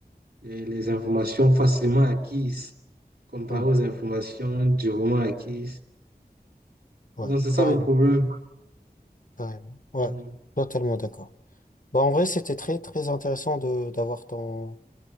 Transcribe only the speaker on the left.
Mm.
Ouais.
Carrément.
Carrément. Ouais.
Totalement d'accord. Bah, en vrai, c'était très, très intéressant de, d'avoir ton,